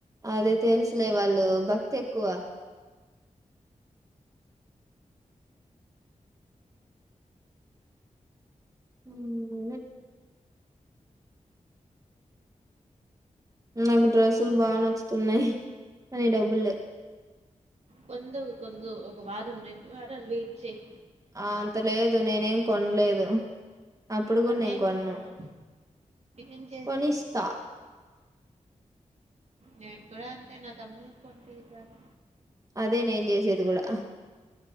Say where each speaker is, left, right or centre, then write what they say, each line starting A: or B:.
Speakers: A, on the right; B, on the right.
A: అదే తెలుసులే వాళ్ళు భక్తి ఎక్కువ ఉమ్ నాకు డ్రస్సులు బాగా నచ్చుతుఉన్నాయి కానీ డబ్బుల్ లేవు
B: కొందు కొందు ఒక వారం రెండు వారాలు వేయి ట్ చేయి
A: ఆ అంత లేదు నేనేమ్ కొన్ లేదు అప్పుడు కూడా
B: మళ్ళీ
A: నేను
B: ఏం
A: కొన్
B: చేస్తావు?
A: న్నూ
B: ఏం చేస్తా?
A: కొనిస్తా
B: నేన్ కూడా అంతే నా తమ్మును కొన్ పిత్తారు
A: అదే నేన్ చేసేది కూడా హ